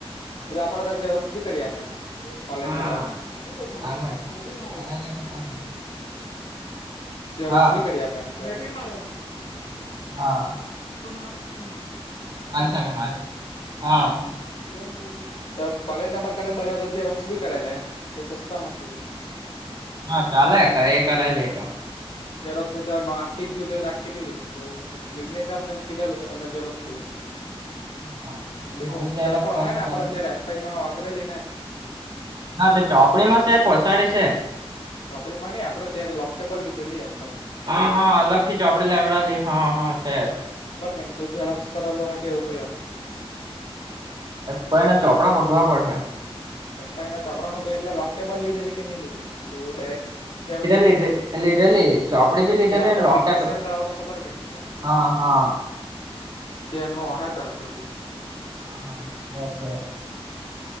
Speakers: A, on the left (about 65°); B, on the right (about 45°).
A: પેલો આપડે ત્યાં ઝેરોક્ષ બી કરી આપે. કોલેજ
B: હા
A: ના પણ.
B: હાલે કરાઈ લે તમે
A: ઝેરોક્ષ
B: હા
A: બી કરી આપે એમ તો એ તો.
B: હા.
A: પણ મારે છે ને.
B: મારી શકે મારી શકે. હા
A: હમ્મ. તો કીઓ તો કોલેજ નંબર કદાચ ઝેરોક્ષ કરેલા એમ તે સસ્તામાં થી.
B: હા કાલે એ કરાય લે એ તો.
A: જેેરોક્સ ની તોખી જ જોય હો તો આખી લઈ શકે એવું મે્નેશિમ ને કીધેલું તમે જરોક્ષ બી લઈ શકું
B: હા
A: ને બહુ
B: મળી જાય
A: ત્યારે
B: તો
A: પા
B: કઈ
A: આહે ને આપડે
B: ચાલે
A: ત્યાં રેસ્ટ ફાઈલ માં વાપરેલી ને
B: હા તો ચોપડીમાં છે પોસાડી છે.
A: ચોપડી માં નઈ આપદે ત્યારે લોક ટેબલ લીધેલી એફ આઈ માં.
B: હા હા અલગથી ચોપડી લાવડલી હા હા છે.
A: ખબર કે નને ઝેરોક્ષ કરેલો હોય એવું કયો હ.
B: પણ એને ચોપડા હોધવા પડશે.
A: એફ આઈ આ ચોપડામાં હતુ એટલા લોક ટેબલ લીધેલી કે નહી લીધેલી તો ડાયરેક્ટ ઝેરોક્ષ કરાવ,
B: લીધેલી લીધેલી ચોપડી બી લીધેલી
A: ત્યારે આપડે
B: ને લોકટેબ
A: મિઘ્નેશ સર કરાવો તો ખબર હે કે ને ત્યારે
B: હા હા
A: ત એનો વહાય તારા આપણે બી.
B: હા ઓકે.